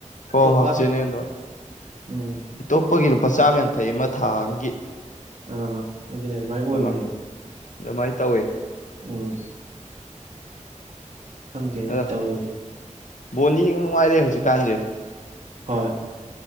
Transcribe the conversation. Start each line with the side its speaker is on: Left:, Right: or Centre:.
Left: ꯍꯣꯏ
Right: ꯑꯇꯣꯞꯄ
Left: ꯍꯣꯏ ꯆꯦꯅꯦꯜꯗꯣ
Right: ꯎꯝ
Left: ꯑꯇꯣꯞꯄꯒꯤ ꯂꯨꯄꯥ ꯆꯥꯃ ꯌꯥꯡꯈꯩ ꯑꯃ ꯊꯥ ꯑꯝꯒꯤ
Right: ꯑꯥ ꯑꯗꯨꯅꯦ ꯑꯗꯨꯃꯥꯏꯅ ꯑꯣꯏꯕꯅꯦꯕ
Left: ꯑꯗꯨꯃꯥꯏ ꯑꯗꯨꯃꯥꯏꯅ ꯇꯧꯋꯦ
Right: ꯎꯝ ꯈꯪꯗꯦꯅꯦ
Left: ꯑꯗ
Right: ꯇꯧꯔꯤꯁꯦ
Left: ꯕꯣꯟꯗꯤ ꯌꯦꯡ ꯅꯨꯡꯉꯥꯏꯔꯦ ꯍꯧꯖꯤꯛꯀꯥꯟꯁꯦ
Right: ꯍꯣꯏ